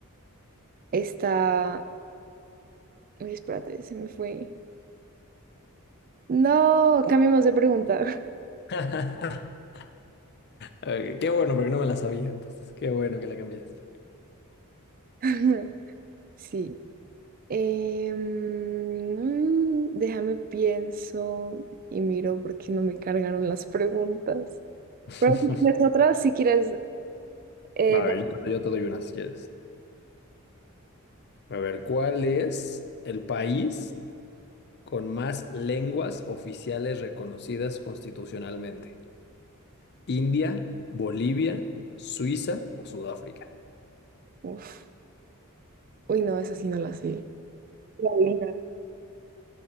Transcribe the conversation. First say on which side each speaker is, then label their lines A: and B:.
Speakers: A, on the right; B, on the left.
A: está... Uy, espérate, se me fue. No, cambiemos de pregunta.
B: <laughs> Ok, qué bueno, porque no me la sabía entonces. Qué bueno que la cambiaste.
A: <laughs> Sí. Em, déjame pienso y miro porque no me cargaron las preguntas.
B: <laughs>
A: Pero si tienes otra, si quieres... eh,
B: Va,
A: de-
B: a ver, yo, yo te doy una si quieres. A ver, ¿cuál es el país con más lenguas oficiales reconocidas constitucionalmente? ¿India, Bolivia, Suiza o Sudáfrica?
A: Uf, Uy, no, esa sí no la sé. La adivinar.